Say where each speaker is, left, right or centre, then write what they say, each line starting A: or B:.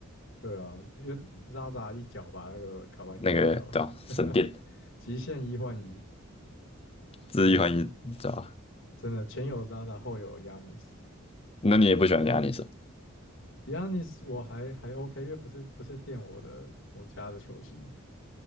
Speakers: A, on the left; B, on the left.
A: 对啊，因为渣渣一脚把那个卡哇伊垫掉了，
B: 那个对吧、神殿，
A: <laughs> 极限一换一，
B: 这是一环一知道吧？
A: 然后真的前有渣渣，后有 Yanis。
B: 那你也不喜欢亚尼斯，
A: Yanis 我还还 OK，因为不是不是垫我的我家的球星，